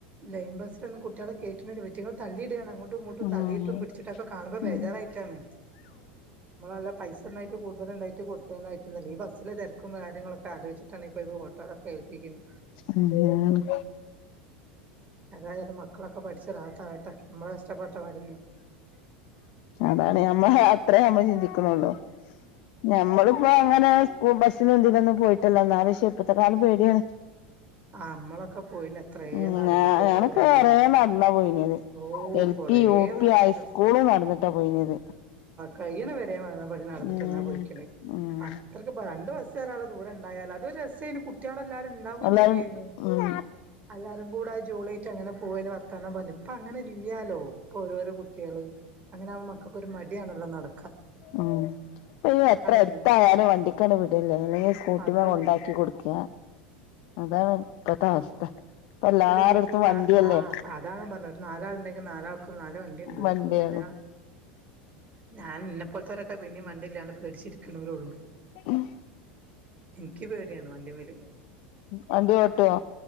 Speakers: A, on the right (about 30°); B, on the left (about 60°).
A: ലൈൻ ബസിലൊന്നും കുട്ടിയോള കേറ്റിണ് ഇവറ്റകളെ തള്ളിയിടയാണ് അങ്ങോ ട്ടും ഇങ്ങോട്ടും
B: ഉം
A: തള്ളിയിട്ടും പിടിച്ചിട്ടൊക്കെ കാണുമ്പോ ബേജാറായിട്ടാണ്
B: ഉം
A: നമ്മളല്ല പൈസണ്ടായിട്ട് കൂടുതല ഉണ്ടായിട്ട് കൊടുത്തായിട്ടല്ല ഈ ബസ്സിലെ തെരക്കും കാര്യങ്ങളൊക്കെ. ആ ലോയ്വെച്ചിട്ടാണ് ഇപ്പൊ ഓട്ടോറൊക്കെ ഏൽപ്പിക്ന്.
B: അങ്ങനെയാണ്
A: അതായത് മക്കളൊക്കെ പഠിച്ചു റാഹത്താആകട്ടെ നമ്മളെ ഇഷ്ടപ്പെട്ട മാര്
B: അതാണ് നമ്മ അത്രേ നമ്മള്ചിന്തിക്ണൊള്ളു. ഞമ്മളിപ്പോ അങ്ങനെ സ്കൂൾബസ്സിനും ഇതിനൊന്നും പോയിട്ടല്ല. ന്നല് ഷിപ്പത്ത കാലം പേടിയാണ്.
A: ആ നമ്മളൊക്കെ പോയിന് എത്രേ
B: ഉം
A: നടന്നിട്ടേയ്ന്
B: ഞാനൊക്കെ
A: പറിം
B: കൊറേ
A: പോലെ
B: നടന്നാ പോയിനത്
A: ഓ
B: എൽ
A: കൊറേ
B: പി യു പി
A: നടന്ന്ക്ണ്.
B: ഹൈസ്കൂള് നടന്നിട്ടാ പോയിനത്
A: കയ്യ്ണ വരെ നടന്നിട്ട്ന്നാ
B: ഉം
A: പോയിക്ണ്
B: ഉം
A: അത്രക്ക്പ്പോ രണ്ട്ബസ്സ സ്കെറാനുള്ള ദൂരംണ്ടായാല അത് രസന് കുട്ടോള്ല്ലാരും ഉണ്ടാവും
B: എല്ലാരും
A: ചെയ്യേനു.
B: ഉം
A: എല്ലാരും കൂടെ ജോളി ആട്ട് അങ്ങനെ പോവന് വർതാനം പറഞ് ഇപ്പ അങ്ങനെ ഇല്യാലോ. ഇപ്പോ ഓരോരോ കുട്ട്യാള് അങ്ങനെ ആവുംബോൾ മക്കൾക്കൊരു മടിയാണല്ലോ നട
B: ആഹ. ഇപ്പ എത്ര എടുത്തായാലും
A: മെയിൻ
B: വണ്ടിക്കണ് വിടില്ലേ അല്ലെങ്കിൽ സ്കൂട്ടിമെ
A: അതാണ്
B: കൊണ്ടാക്കി കൊടുക് ക അതാ ഇപ്പത്തെ അവസ്ഥ. ഇപ്പ
A: ഇപ്പൊ
B: എല്ലാരടത്തും
A: ഒരു വീട്ടിൽ ആ
B: വണ്ടിയല്ലേ
A: അതാണ് പറഞ്ഞത് ഒരു നാലാള് ഉണ്ടെങ്കിൽ നാലാൾ നാല് വണ്ടിയുണ്ട്
B: വണ്ടിയാണ്
A: അപ്പൊ പിന്നെ ഞാൻ ഇന്നെ പോലതോര് പിന്നെ വണ്ടിലാതെ പേട്ച്ചിരിക്കു ണോരൊഉള്ളൂ.
B: ഉം.
A: എനിക്ക് പേടിയാണ് വണ്ടിമ്മല്.
B: വണ്ടി ഒട്ടുമോ?